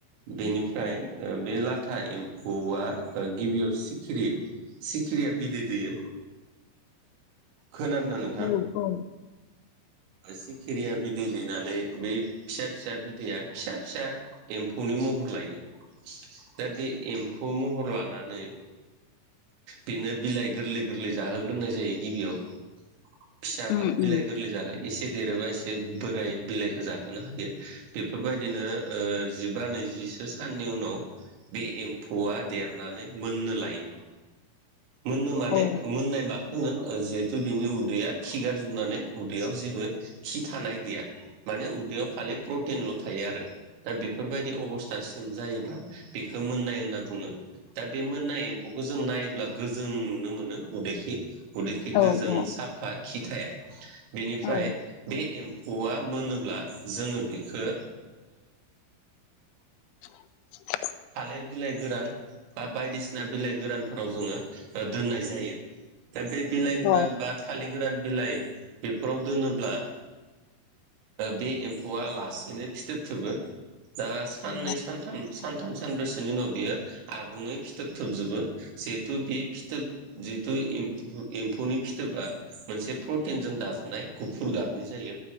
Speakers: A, on the right (about 75°); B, on the left (about 85°).
A: बेनिफ्राय बे लाथा एम्फौआ गिबियाव सिखिरि सिखिरिया बिदै दैयो खोनादोंना नोंथां
B: औ औ
A: सिखिरिया बिदै दैनानै बै फिसा फिसा बिदैया फिसा फिसा एम्फौनि महर लायो
B: <inaudible>
A: दा बे एम्फौ महर लानानै बेनो बिलाइ गोरलै गोरलै जाहोग्रोनाय जायो गिबियाव फिसाबा
B: उम
A: बिलाइ
B: उम
A: गोरलै जाहो एसे देरोबा एसे बोराय बिलाइखौ जाहो नो हायो बेफोरबायदिनो जिबा नैजिसो साननि उनाव बे एम्फौआ देरनानै मोननो लायो मोननो माने
B: औ
A: मोननाय मा होनो जिहेथु बिनि उदैया खिगारजोबनानै उदैयाव जेबो खि थानाय गैया माने उदैयाव खालि प्रटिनल' थायो आरो दा बेफोरबायदि अबस्थासिम जायोब्ला बेखौ मोननाय होनना बुङो दा बे मोननाय एम्फौखौ जों नायोब्ला गोजों नुनो मोनो उदैखि उदैखि
B: औ
A: गोजों
B: औ
A: साफा खि थाया बेनिफ्राय
B: औ
A: बे एम्फौआ मोनोब्ला जोङो बेखौ
B: <unintelligible>
A: थालिर बिलाइ गोरान बा बायदिसिना बिलाइ गोरानफोराव जोङो दोननाय जायो दा बे बिलाइ गोरान
B: औ
A: बा थालिर गोरान बिलाइ बेफोराव दोनोब्ला बे एम्फौआ लासैनो फिथोब थोबो दा साननै
B: अ
A: सानथाम सान थाम सानब्रैसोनि उनाव बियो आबुङै फिथोब थोबजोबो जिहेथु बे फिथोब जिहेथु एम्फौ एम्फौनि फिथोबा मोनसे प्रटिनजों दाजानाय गुफुर गाबनि जायो